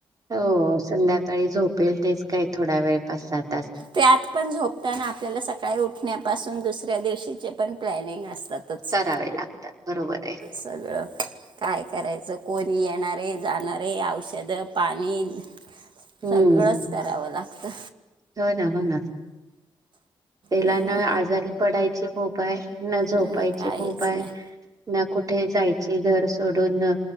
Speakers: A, on the right; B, on the right.
A: हो संध्याकाळी झोपेल तेच काय थोडा वेळ पाच सात
B: त्यात पण झो पताना आपल्याला सकाळी उठण्यापासून दुसऱ्या दिवशीचे पण प्लॅनिंग असत. तातच
A: करावे लागतात बरोबर आहे
B: सगळं काय करायचं कोण येणारे, जाणारे, औषध, पाणी
A: हम्म
B: सगळंच
A: हम्म.
B: करावं लागतं.
A: हो ना हो ना. तेला
B: त्यामुळं
A: ना आजारी पडायची ची फोफ आहे ना झोपायची
B: हम्म, काहीच
A: भोपाय
B: नाही
A: ना कुठ कुठे जायची घर सोडून